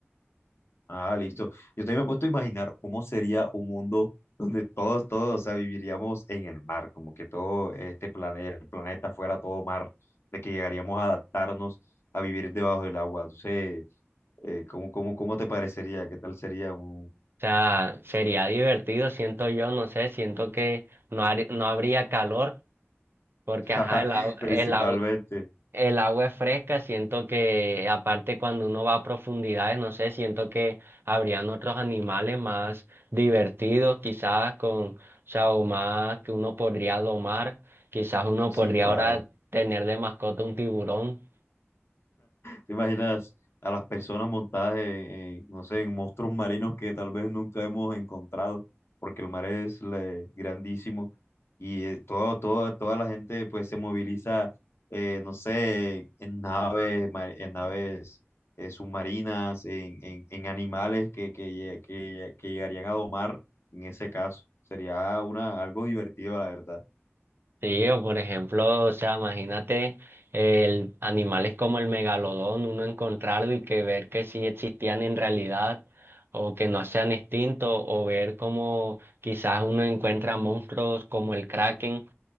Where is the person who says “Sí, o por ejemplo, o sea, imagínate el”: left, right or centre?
Right